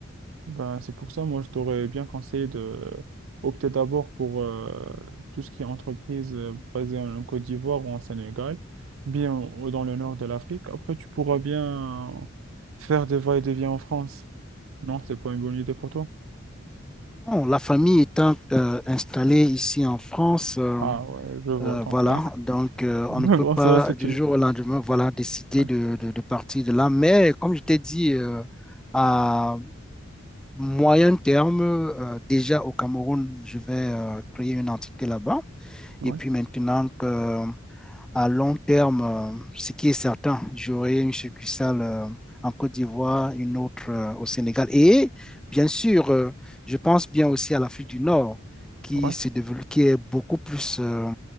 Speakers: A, on the right (about 75°); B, in the centre.
A: Ben, c'est pour ça, moi, je t'aurais bien conseillé de opter d'abord pour euh, tout ce qui est entreprise euh, basée en Côte d'Ivoire ou en Sénégal, bien au- dans le nord de l'Afrique. Après, tu pourras bien faire des va-et-vient en France. Non, c'est pas une bonne idée pour toi.
B: Bon, la famille étant euh, installée ici en France. euh,
A: Ah ouais, je vois.
B: Euh,
A: Donc,
B: voilà,
A: <laughs>
B: donc euh,
A: donc
B: on ne peut
A: en
B: pas
A: soi, c'est
B: du
A: une.
B: jour au lendemain, voilà, décider
A: ouais.
B: de, de- de partir de là. Mais comme je t'ai dit, euh, à moyen terme, euh, déjà au Cameroun, je vais euh, créer une entité là-bas.
A: Ouais,
B: Et puis maintenant que à long terme, euh, ce qui est certain, j'aurai une succursale euh, en Côte d'Ivoire, une autre euh, au Sénégal. Et bien sûr, euh, je pense bien aussi à l'Afrique du Nord, qui
A: ouais,
B: se développe, qui est beaucoup plus euh,